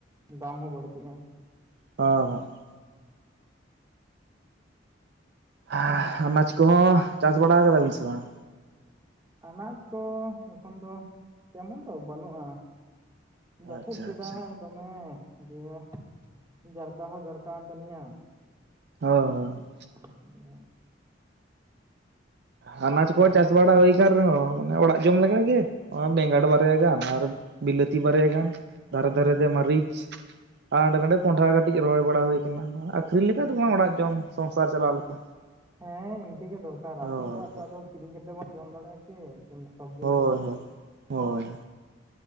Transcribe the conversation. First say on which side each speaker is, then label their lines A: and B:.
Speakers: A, on the right (about 20°); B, on the right (about 60°).
A: ᱫᱟᱢ ᱦᱚᱸ ᱵᱟᱹᱲᱛᱤᱜ-ᱟ
B: <unintelligible> <unintelligible> ᱱᱟᱡᱽ ᱠᱚᱦᱚᱸ ᱪᱟᱥ ᱵᱟᱲᱟ ᱟᱠᱟᱫᱟ ᱵᱤᱱ ᱥᱮ ᱵᱟᱝ
A: ᱟᱱᱟᱡᱽ ᱠᱚ ᱮᱠᱷᱚᱱ ᱫᱚ ᱛᱮᱢᱚᱱ ᱫᱚ ᱵᱟᱹᱱᱩᱜ-ᱟ ᱡᱟᱹᱯᱩᱫ
B: ᱟᱪᱪᱷᱟ
A: ᱠᱮᱫᱟᱭ
B: ᱟᱪᱪᱷᱟ
A: ᱫᱚᱢᱮ ᱫᱤᱭᱮ ᱡᱟᱨᱠᱟᱣ ᱦᱚᱸ ᱡᱟᱨᱠᱟᱣᱮᱱ ᱛᱟᱞᱤᱧᱟᱹ
B: ᱦ <unintelligible>
A: <unintelligible>
B: ᱦᱟᱱᱟᱡ
A: ᱚᱠᱟ ᱥᱮᱫ
B: ᱠᱚ
A: ᱦᱚᱸ ᱵᱟᱝ
B: ᱪᱟᱥ
A: ᱜᱟᱱ
B: ᱵᱟᱲᱟ
A: ᱞᱮᱱᱟ
B: ᱦᱩᱭ <unintelligible> ᱨᱮᱦᱚᱸ ᱢᱟᱱᱮ ᱚᱲᱟᱜ ᱡᱚᱢ ᱞᱮᱠᱟᱜ ᱜᱮ ᱵᱮᱸᱜᱟᱲ ᱵᱟᱨᱭᱟ ᱜᱟᱱ ᱟᱨ ᱵᱤᱞᱟᱹᱛᱤ ᱵᱟᱨᱭᱟ ᱜᱟᱱ ᱫᱷᱟᱨᱮ ᱫᱷᱟᱨᱮ ᱛᱮ ᱢᱟᱹᱨᱤᱪ ᱟᱨ ᱦᱟᱸᱰᱮ ᱱᱟᱰᱮ ᱠᱚᱸᱰᱷᱟ ᱠᱟᱹᱴᱤᱡ ᱨᱚᱦᱚᱭ ᱵᱟᱲᱟ ᱦᱩᱭ ᱠᱟᱱᱟ ᱟᱹᱷᱨᱤᱧ ᱞᱮᱠᱟ ᱫᱚ ᱵᱟᱝ ᱚᱲᱟᱜ ᱡᱚᱢ ᱥᱚᱝᱥᱟᱨ ᱪᱟᱞᱟᱣ ᱞᱮᱠᱟ᱾
A: ᱦᱮᱸ ᱤᱱᱠᱟᱹ ᱜᱮ ᱫᱚᱨᱠᱟᱨ
B: ᱦᱳᱭ
A: ᱟᱵᱚ ᱠᱚᱣᱟᱜ ᱫᱚ ᱟᱫᱚ ᱠᱤᱨᱤᱧ ᱠᱟᱛᱮ ᱵᱚᱱ ᱡᱚᱢ ᱫᱟᱲᱮᱭᱟᱜᱼᱟ ᱠᱤ᱾ ᱥᱚᱵ ᱫᱤᱱ
B: ᱦᱳᱭ
A: ᱫᱚ
B: ᱦᱳᱭ ᱦᱳᱭ